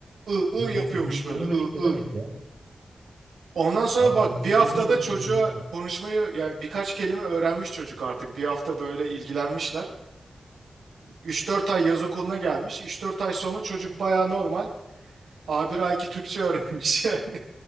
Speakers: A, on the right; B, on the right.
A: ı ı
B: Yok
A: yapıyormuş
B: çok ilgilenemedik
A: böyle ı
B: ne demek
A: ı.
B: ya?
A: Ondan sonra
B: Abi
A: bak
B: çok
A: bir
B: ilgilenemedik
A: haftada çocuğa
B: kelimesi var.
A: konuşmayı yani birkaç kelime öğrenmiş çocuk artık. Bir hafta böyle ilgilenmişler. Üç dört ay yaz okuluna gelmiş. Üç dört ay sonra çocuk baya normal. a bir A2 Türkçe öğrenmiş. <laughs>